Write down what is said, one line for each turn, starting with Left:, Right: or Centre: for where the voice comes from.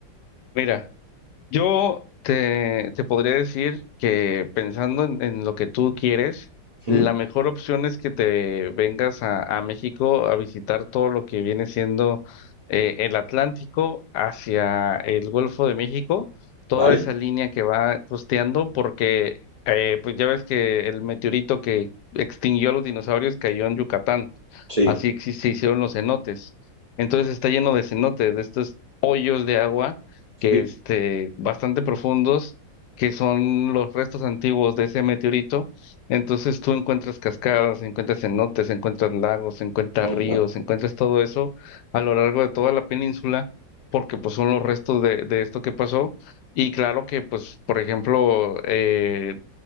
Left: Mira. Yo te, te podría decir que pensando en, en lo que tú quieres,
Right: ¿Mm?
Left: la mejor opción es que te vengas a, a México a visitar todo lo que viene siendo eh, el Atlántico hacia el Golfo de México, toda
Right: ¿Vale?
Left: esa línea que va costeando, porque eh, pues ya ves que el meteorito que extinguió a los dinosaurios cayó en Yucatán.
Right: Sí,
Left: Así exi- se hicieron los cenotes. Entonces está lleno de cenotes, de estos hoyos de agua que
Right: sí.
Left: este, bastante profundos, que son los restos antiguos de ese meteorito. Entonces tú encuentras cascadas, encuentras cenotes, encuentras lagos, encuentras
Right: Onda.
Left: ríos, encuentras todo eso a lo largo de toda la península, porque pues son los restos de, de esto que pasó. Y claro que pues, por ejemplo, eh,